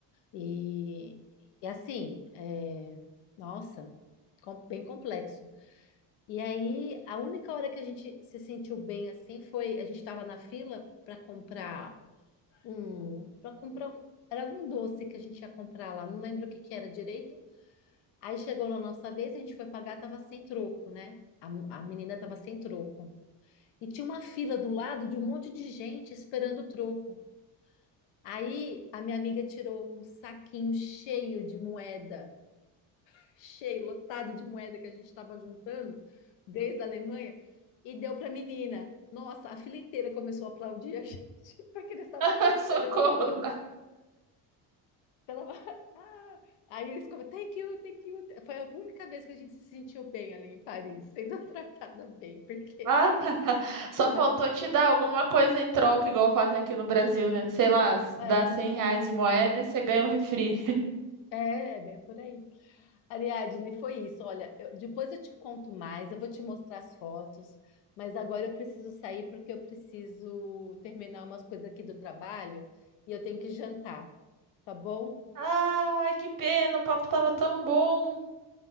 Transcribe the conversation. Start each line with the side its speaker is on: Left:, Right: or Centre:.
Left: E, e assim, é, nossa, com- bem complexo. E aí, a única hora que a gente se sentiu bem assim foi a gente estava na fila para comprar um, para comprar um, era algum doce que a gente ia comprar lá, não lembro o que que era direito. Aí chegou na nossa vez, a gente foi pagar, tava sem troco, né? A, a menina tava sem troco. E tinha uma fila do lado de um monte de gente esperando o troco. Aí a minha amiga tirou um saquinho cheio de moeda cheio, lotado de moeda que a gente estava juntando desde a Alemanha e deu para a menina. Nossa, a fila inteira começou a aplaudir a <laughs> gente, porque eles estavam
Right: <laughs>
Left: tudo esperando
Right: Socorro.
Left: o troco. Então, Ela, <laughs> ah, aí eles comentaram, thank you, thank you. Foi a única vez que a gente se sentiu bem ali em Paris, <laughs> sendo tratada bem, porque
Right: Ah, <laughs>
Left: de
Right: só
Left: resto,
Right: faltou te dar alguma coisa em troca, igual fazem aqui no Brasil, né? Sei lá, dá
Left: é,
Right: 100 reais de moeda e você ganha um refri.
Left: é, é bem por aí. Ariadne, foi isso. Olha, eu- depois eu te conto mais, eu vou te mostrar as fotos, mas agora eu preciso sair porque eu preciso terminar umas coisas aqui do trabalho e eu tenho que jantar, tá bom?
Right: Ai, que pena, o papo tava tão bom.